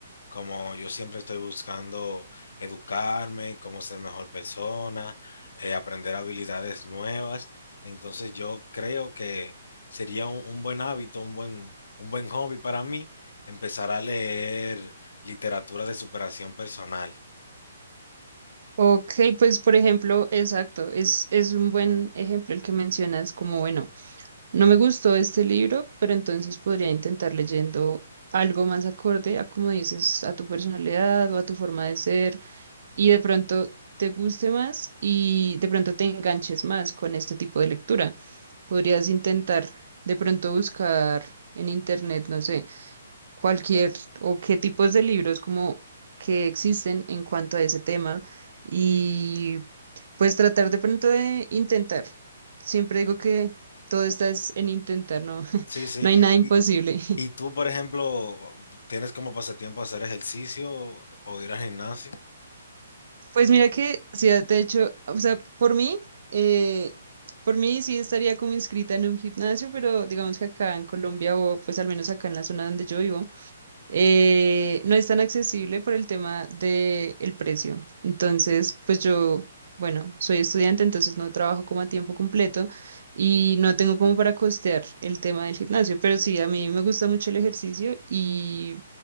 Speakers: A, on the left (about 70°); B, on the right (about 45°).
A: Como yo siempre estoy buscando educarme, cómo ser mejor persona, eh, aprender habilidades nuevas. Entonces yo creo que sería un, un buen hábito, un buen, un buen hobby para mí, empezar a leer literatura de superación personal.
B: Ok, pues por ejemplo, exacto, es, es un buen ejemplo el que mencionas como, bueno, no me gustó este libro, pero entonces podría intentar leyendo algo más acorde a, como dices, a tu personalidad o a tu forma de ser y de pronto te guste más y de pronto te enganches más con este tipo de lectura. Podrías intentar de pronto buscar en internet, no sé, cualquier o qué tipos de libros como que existen en cuanto a ese tema y pues tratar de pronto de intentar. Siempre digo que todo está es en intentar, no, <laughs>
A: Sí, sí.
B: no hay nada imposible.
A: Y, y tú, por ejemplo, ¿tienes como pasatiempo hacer ejercicio o ir al gimnasio?
B: Pues mira que, sí, de hecho, o sea, por mí, eh, por mí sí estaría como inscrita en un gimnasio, pero digamos que acá en Colombia o pues al menos acá en la zona donde yo vivo eh, no es tan accesible por el tema del precio. Entonces, pues yo, bueno, soy estudiante, entonces no trabajo como a tiempo completo y no tengo como para costear el tema del gimnasio, pero sí, a mí me gusta mucho el ejercicio y